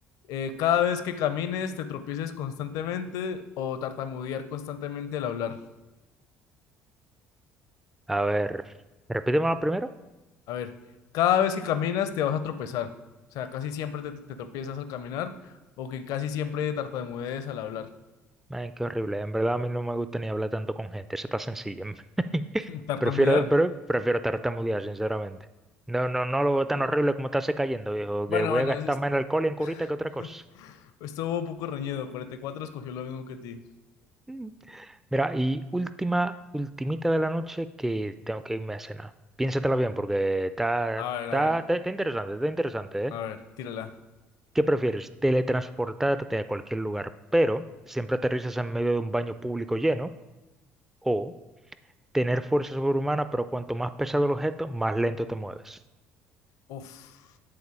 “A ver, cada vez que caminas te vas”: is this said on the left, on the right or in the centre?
Left